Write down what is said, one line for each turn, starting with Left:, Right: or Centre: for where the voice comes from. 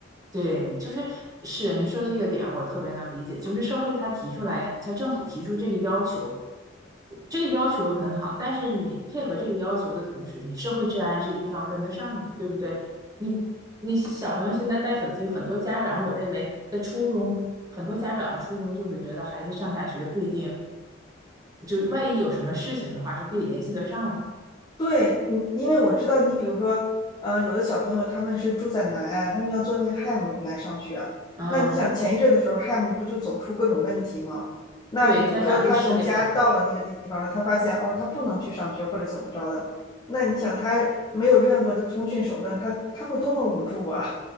Right: 对，就是是你说这个点，我特别能理解。就是社会它提出来，它政府提出这个要求，这个要求很好，但是你配合这个要求的同时，你社会治安是一定要跟得上的，对不对？你你小朋友现在带手机，很多家长我认为的初衷，很多家长的初衷就是觉得孩子上下学不一定，就是万一有什么事情的话是可以联系得上的。
Left: 对，你，因为我知道你，比如说，呃，有的小朋友他们是住在南岸，他们要坐那个 HAM 来上学啊那你想前一阵的时候，HAM
Right: 嗯，
Left: 不就总出各种问题吗？那比如说他从家到了那个地方了，
Right: 对，家长就失联了。
Left: 他发现哦，他不能去上学或者怎么着的，那你想他没有任何的通讯手段，他他会多么无助啊！